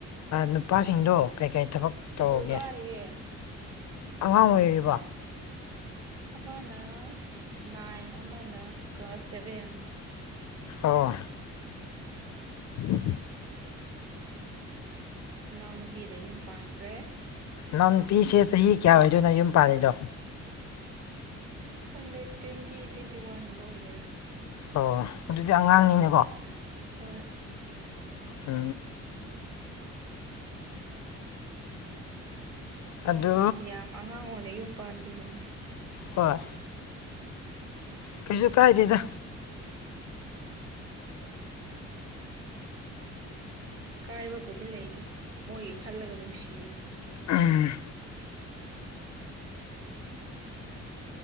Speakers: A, on the left; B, on the right.
A: ꯅꯨꯄꯥꯁꯤꯡꯗꯣ ꯀꯩꯀꯩ ꯊꯕꯛ ꯇꯧꯔꯒꯦ
B: ꯁ꯭ꯀꯨꯜ ꯀꯥꯔꯤꯌꯦ
A: ꯑꯉꯥꯡ ꯑꯣꯏꯔꯤꯕ
B: ꯑꯃꯅ ꯅꯥꯏꯟ ꯑꯃꯅ ꯀ꯭ꯂꯥꯁ ꯁꯚꯦꯟ
A: ꯑꯣ ꯎꯝ
B: ꯏꯅꯥꯎꯅꯨꯄꯤꯅ ꯌꯨꯝ ꯄꯥꯟꯈ꯭ꯔꯦ
A: ꯅꯥꯟ ꯄꯤꯁꯦ ꯆꯍꯤ ꯀꯌꯥ ꯑꯣꯏꯗꯣꯏꯅꯣ ꯌꯨꯝ ꯄꯥꯜꯂꯤꯗꯣ
B: ꯈꯪꯅꯩ ꯇ꯭ꯋꯦꯟꯇꯤ ꯇ꯭ꯋꯦꯟꯇꯤ ꯋꯥꯟꯒꯨꯝꯕ ꯑꯣꯏꯒꯦꯔꯥ
A: ꯑꯣ ꯑꯗꯨꯗꯤ ꯑꯉꯥꯡꯅꯤꯅꯦꯀꯣ
B: ꯍꯣꯏ
A: ꯑ ꯑꯗꯨ
B: ꯌꯥꯝ ꯑꯉꯥꯡ ꯑꯣꯏꯅ ꯌꯨꯝ ꯄꯥꯟꯈꯤꯕꯅꯦ
A: ꯍꯣꯏ ꯀꯩꯁꯨ ꯀꯥꯏꯗꯗ
B: ꯀꯥꯏꯕꯕꯨꯗꯤ ꯂꯩꯇꯦ ꯃꯣꯏꯒꯤ ꯈꯜꯂꯒ ꯅꯨꯡꯁꯤꯌꯦ
A: ꯑ